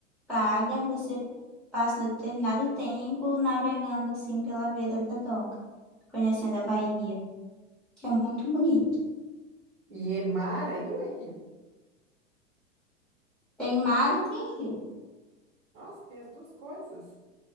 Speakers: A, in the centre; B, on the right.
A: paga e você passa um determinado tempo navegando assim pela beira da doca, conhecendo a Bahia, que é muito bonito.
B: E é mar aí ou é rio?
A: Tem mar e tem rio.
B: Nossa, tem as duas coisas.